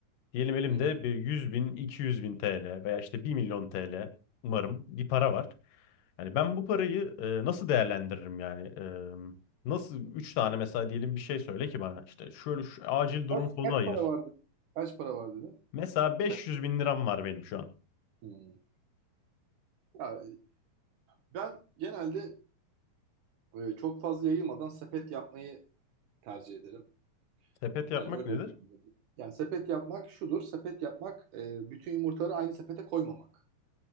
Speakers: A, on the left (about 80°); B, on the right (about 70°).
A: Diyelim elimde
B: hı.
A: bir 100 bin, 200 bin TL veya işte bir milyon TL umarım bir para var. Yani ben bu parayı e, nasıl değerlendiririm yani? E, nasıl 3 tane mesela diyelim bir şey söyle ki bana işte şöyle şu acil durum
B: Kaç,
A: fonu
B: kaç
A: ayır.
B: para var dedin? Kaç para var dedin?
A: Mesela 500
B: Kaç?
A: bin liram var benim şu an.
B: Hmm. Ya, Ben genelde e, çok fazla yayılmadan sepet yapmayı tercih ederim.
A: Sepet yapmak
B: Yani öyle
A: nedir?
B: yorumlayabilirim. Yani sepet yapmak şudur. Sepet yapmak e, bütün yumurtaları aynı sepete koymamak.